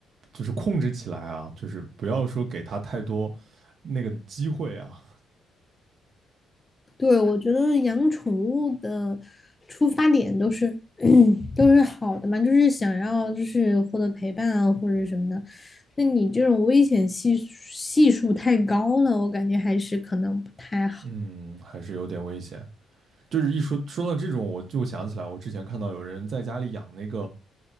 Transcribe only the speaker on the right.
就是控制起来啊，就是不要说给它太多那个机会啊，
嗯，还是有点危险。就是一说说到这种，我就想起来，我之前看到有人在家里养那个